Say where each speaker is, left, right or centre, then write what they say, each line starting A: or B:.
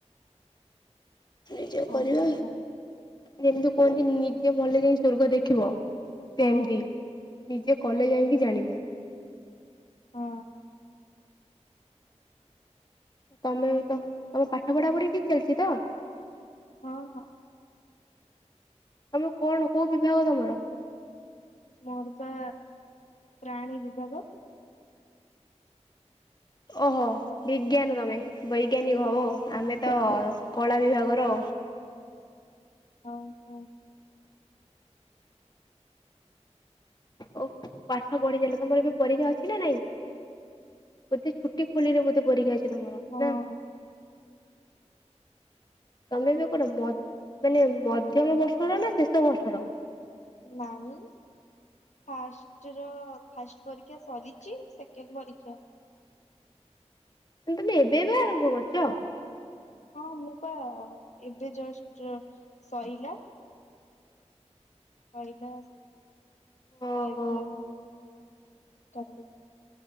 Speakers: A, on the left (about 35°); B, on the left (about 75°).
A: ନିଜେ କରିବା
B: ଓହୋ ହଁ
A: ଯେମିତି କୁହନ୍ତି ନିଜେ ମଲେ ଯାଇ ସ୍ୱର୍ଗ ଦେଖିବ। ସେମତି
B: ହଁ
A: ନିଜେ କଲେ ଯାଇଁକି ଜାଣିବ।
B: ହଁ।
A: ତମେ ତ ତମ ପାଠ ପଢା ପଢି ଠିକ୍ ଚାଲିଚି ତ।
B: ହଁ ହଁ।
A: ଆମ କଣ କୋଉ ବିଭାଗ ତମର?
B: ମୋର ପା ପ୍ରାଣୀ ବିଭାଗ।
A: ଓହୋ, ବିଜ୍ଞାନ ତମେ ବୈଜ୍ଞାନିକ
B: ହୁଁ
A: ହବ ଆଉ। ଆମେ ତ କଳା ବିଭାଗର।
B: ହଉ, ହଉ।
A: ଓ, ପାଠ ପଢ଼ି ଚାଲ, ତମର ଏଵେ ପରୀକ୍ଷା ଅଛି ନା ନାଇଁ? ବୋଧେ ଛୁଟି ଖୋଲିଲେ ବୋଧେ ପରୀକ୍ଷା ଅଛି ତମର ନା?
B: ହଁ।
A: ତମେ ଏବେ କୋଠେ, ମାନେ ମଧ୍ୟମ ବର୍ଷର ନା ଶେଷ ବର୍ଷର?
B: ନାଇଁ। ଫାଷ୍ଟ ର-ଅ ଫାଷ୍ଟ ପରୀକ୍ଷା ସରିଛି, ସେକେଣ୍ଡ ପରୀକ୍ଷା।
A: ତମେ ଏବେ ଏବେ ଆରମ୍ଭ କରିଛ।
B: ହଁ, ମୁଁ ପା ଏବେ ଜଷ୍ଟ ସଇଲା। କହିିଲ
A: ଓହୋ
B: ତାହିକ କଲି।